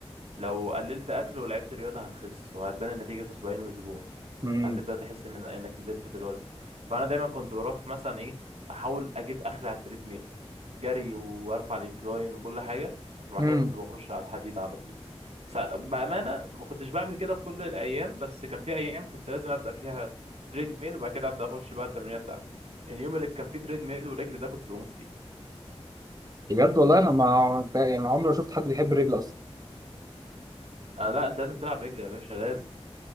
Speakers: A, on the right; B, on the right.
A: لو قللت اكل ولعبت رياضه هتخس وهتبان النتيجه في اسبوعين واسبوع
B: امم
A: هتبدا تحس ان انك نزلت في الوزن فانا دايما كنت بروح مثلا ايه احاول اجيب اخر على التريد ميل جري وارفع الانكلاين وكل حاجه وبعد
B: امم
A: كده كنت بخش على الحديد على طول س- بامانه ما كنتش بعمل كده في كل الايام بس كان في ايام كنت لازم ابدا فيها تريد ميل وبعد كده ابدا اخش بقى التمرينه بتاعتي اليوم اللي كان فيه تريد ميل ورجل ده كنت بموت فيه
B: بجد والله انا ما يعني عمري ما شفت حد بيحب الرجل اصلا
A: آه لا انت لازم تلعب رجل يا باشا لازم